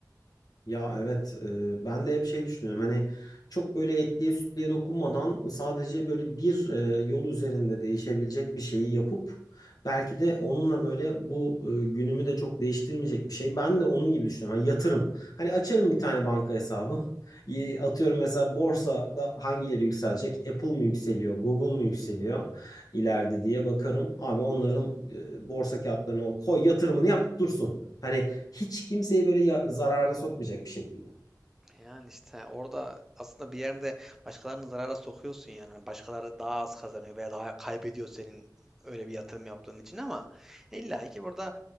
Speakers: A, on the left (about 60°); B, in the centre.
A: Ya evet e, ben de hep şey düşünüyorum hani çok böyle etliye sütlüye dokunmadan sadece böyle bir e, yol üzerinde değişebilecek bir şeyi yapıp belki de onunla böyle bu e, günümü de çok değiştirmeyecek bir şey. Ben de onun gibi düşünüyorum. Hani yatırım. Hani açarım bir tane banka hesabı. <laughs> Y- Atıyorum mesela borsada hangileri yükselecek? Apple mı yükseliyor? Google mu yükseliyor ileride diye bakarım. Abi onların e, borsa kağıtlarına koy yatırımını yap dursun. Hani hiç kimseyi böyle ya- zarara sokmayacak bir şekilde.
B: Yani işte orada aslında bir yerde başkalarını zarara sokuyorsun yani. Hani Başkaları daha az kazanıyor veya daha kaybediyor senin öyle bir yatırım yaptığın için ama illa ki burada